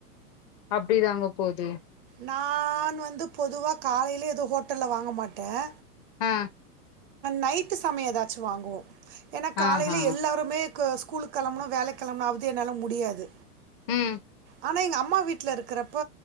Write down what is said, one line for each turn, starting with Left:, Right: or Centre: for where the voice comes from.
Left: அப்படிதாங்க போது
Right: நான் வந்து பொதுவாக காலையில் எதோ ஹோட்டலில் வாங்க மாட்டேன்
Left: ஆ
Right: நைட்டு சமயம் ஏதாச்சும் வாங்குவோம் ஏன்னா காலையில்
Left: ஆஹா
Right: எல்லோருமே க்கு ஸ்கூலு கெளம்பனு வேலைக்கி கிளம்பணாவது என்னாலு முடியாது
Left: உம்
Right: ஆனா எங்க அம்மா வீட்ல இருக் இருக்குறப்ப